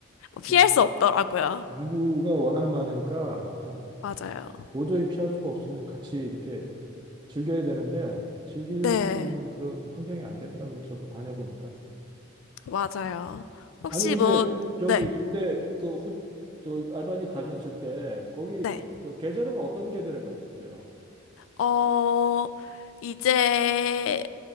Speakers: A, on the left; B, on the right.
A: <laughs> 피할
B: 그 시-
A: 수 없더라고요.
B: 인구가 워낙 많으니까 그냥
A: 맞아요.
B: 도저히 피할 수가 없으면 같이 이렇게 즐겨야 되는데 즐길
A: 네,
B: 수 있는 그런 환경이 안 되더라고요. 저도 다녀보니까.
A: 맞아요. 혹시
B: 아니 근데
A: 뭐,
B: 저기
A: 네,
B: 그때 그 호, 저 알바니 가셨을 때 거기
A: 네.
B: 저 계절은 어떤 계절에 가셨어요?
A: 어, 이제